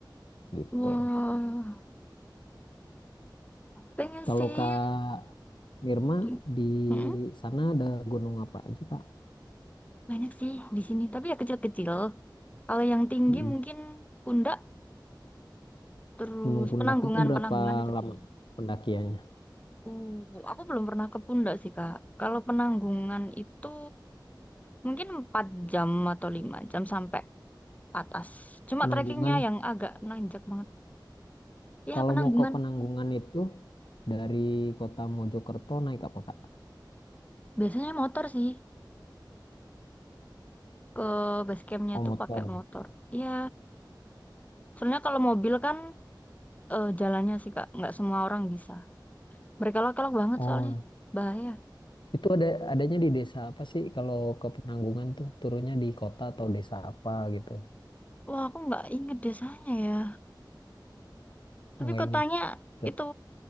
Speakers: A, on the left; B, on the left.
A: gitu.
B: Wah, pengen sih
A: Kalau Kak Mirma
B: Mm-mm,
A: di sana ada gunung apa aja, Kak?
B: banyak sih di sini, tapi ya kecil-kecil. Kalau yang tinggi
A: mm
B: mungkin pundak, terus
A: Gunung Pundak
B: penanggungan,
A: itu berapa
B: penanggungan itu
A: lama
B: tinggi.
A: pendakiannya?
B: Uh, aku belum pernah ke pundak sih, Kak. Kalau penanggungan itu mungkin empat jam atau 5 jam sampai atas. Cuma
A: Penanggungan
B: trekkingnya yang agak nanjak banget. Ya,
A: Kalau
B: penanggungan.
A: mau ke Penanggungan itu dari kota Mojokerto naik apa Kak?
B: Biasanya motor sih. Ke base campnya
A: Oh motor.
B: tuh pakai motor. Iya, soalnya kalau mobil kan eh, jalannya sih, Kak. Nggak semua orang bisa. Berkelok-kelok banget
A: Oh,
B: soalnya.
A: nah.
B: Bahaya.
A: Itu ada adanya di desa apa sih kalau ke Penanggungan tuh turunnya di kota atau desa apa gitu?
B: Wah, aku nggak inget desanya ya. Tapi
A: Oh nggak
B: kotanya
A: ingat. Bet-
B: itu